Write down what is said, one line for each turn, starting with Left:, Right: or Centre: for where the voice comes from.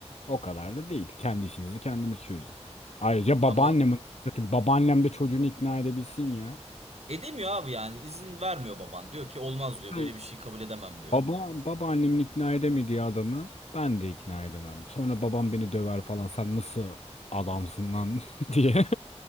Left: O kadar da değil. Kendi işinizi kendiniz çözün. Ayrıca babaannemin
Right: Ama
Left: zaten babaannem de çocuğunu ikna edebilsin ya.
Right: edemiyor abi yani izin vermiyor baban. Diyor ki olmaz diyor
Left: Hı.
Right: böyle bir şey kabul edemem diyor.
Left: Baba babaannemin ikna edemediği adamı ben de ikna edemem. Sonra babam beni döver falan. Sen nasıl adamsın lan <laughs> diye.